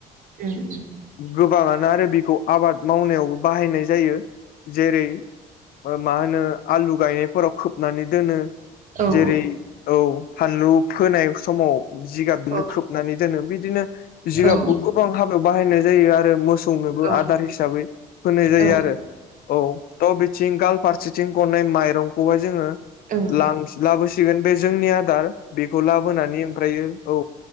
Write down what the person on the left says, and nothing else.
गोबाङानो आरो बेखौ आबाद मावनायावबो बाहायनाय जायो जेरै मा होनो आलु गायनायफोराव खोबनानै दोनो
जेरै औ फानलु फोनाय समाव जिगाबजोंनो
खोबनानै दोनो बिदिनो जिगाबखौ
गोबां हाबायाव बाहायनाय जायो आरो मोसौनोबो
आदार हिसाबै होनाय जायो
आरो औ ता बिथिं गाल फारसेथिं गननाय माइरंखौहाय जोङो
लां लाबोसिगोन बे जोंनि आदार बेखौ लाबोनानै ओमफ्राय औ